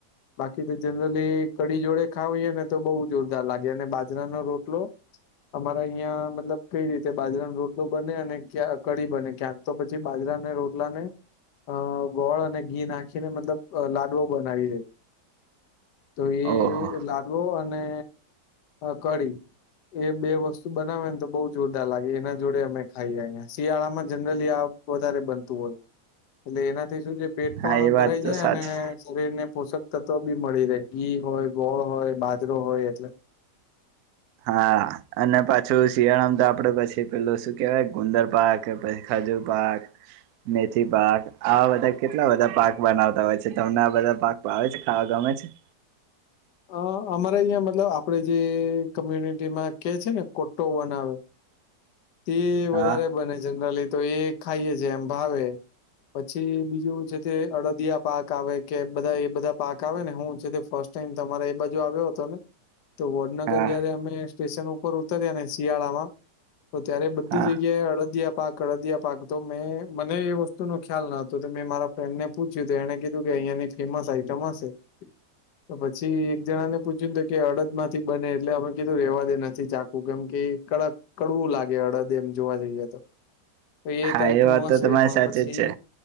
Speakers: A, on the left; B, on the right.
A: બાકી તો જનરલી કડી જોડે ખાવીએ ને તો બહુ જોરદાર લાગે અને બાજરાનો રોટલો અમારા અહિયાં મતલબ કઈ રીતે બાજરા નો રોટલો બને અને ક્યા કઢી બને ક્યાંક. તો પછી બાજરાને રોટલાને અ ગોળ અને ઘી નાખીને મતલબ લાડવો બનાવી એ. તો એ
B: ઓહો
A: લા ડવો અને કઢી એ બે વસ્તુ બનાવે ને તો બઉ જોરદાર લાગે, એના જોડે અમે ખાઈએં. શિયાળામાં જનરલી આ વધારે બનતું હોય એટલે એનાથી શું છે પેટ પણ
B: હા એ વાત
A: ભરાઈ
B: તો
A: જાય
B: સાચી
A: અને શરીર ને પોષક તત્વ બી મળી રહે, ઘી હોય, ગોળ હોય, બાજરો હોય એટલે.
B: હા અને પાછું શિયાળામાં તો આપડે પછી પેલુ શું કેવાય ગુંદર પાક પહિ ખજૂરપાક મેથી પાક આવા બધા કેટલા બધા પાક બનાવતા હોય છે તમને આ બધા પાક ભાવે છે, ખાવા ગમે છે?
A: અ અમારે અહંયા મતલબ આપડે જે કમ્યુનિટી માં કે છે ને કો્ટો બનાવે તે વધારે
B: હા
A: બને જનરલી તો એ ખાઈએ છે એમ ભાવે. પછી બીજું છે તે અડદિયા પાક આવે કે બધા એ બધા પાક આવે ને હું છે તે ફર્સ્ટ ટાઈમ તમારે એ બાજુ આવ્યો હતો ને તો વડનગર
B: હા
A: જયારે અમે સ્ટેશન ઉપર ઉતર્યા ને શિયાળામાં તો ત્યારે બધી
B: હા
A: જગ્યાએ અડદિયા પાક અડદિયા પાક તો મેં મને એ વસ્તુ નો ખ્યાલ ન હતો તો મેં મારા ફ્રેન્ડ ને પૂછ્યું તો એને કીધું કે અહંયાની ફેમસ આઈટમ હશે. તો પછી એક જણા ને પૂછ્યું કે અડદ માંથી બને એટલે અમે કીધું રેવા દે નથી ચાકુું કેમ કે કડક કડવું લાગે અડદ એમ જોવા જઈએ તો. તો એ
B: હા
A: ટાઈપનું
B: વાત
A: હશે
B: તો તમારી
A: પણ
B: સાચી
A: પછી
B: જ છે